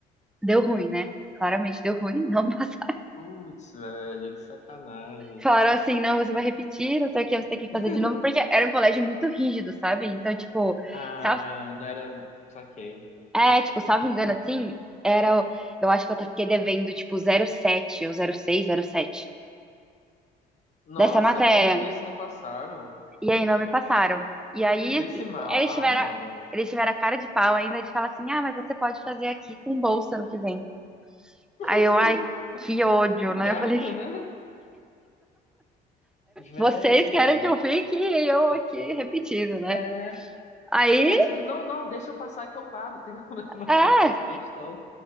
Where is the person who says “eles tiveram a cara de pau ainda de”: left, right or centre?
Centre